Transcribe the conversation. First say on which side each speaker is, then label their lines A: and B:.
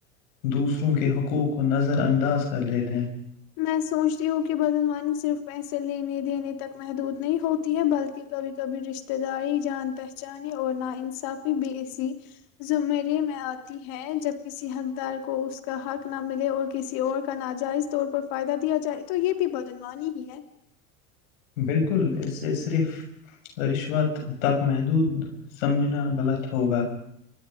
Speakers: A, on the left; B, on the left.
A: دوسروں کے حقوق کو نظر انداز کر دیتے ہیں
B: میں سوچتی ہوں کہ بدنوانی صرف پیسے لینے دینے تک محدود نہیں ہوتی ہے بلکہ کبھی کبھی رشتہ داری جان پہچانے اور ناانصافی بھی ایسی زمرے میں آتی ہے جب کسی حقدار کو اس کا حق نہ ملے اور کسی اور کا ناجائز طور فائدہ دیا جائے تو یہ بھی بدنوانی ہی ہے
A: بالکل اسے صرف رشوت تک محدود سمجھنا غلط ہوگا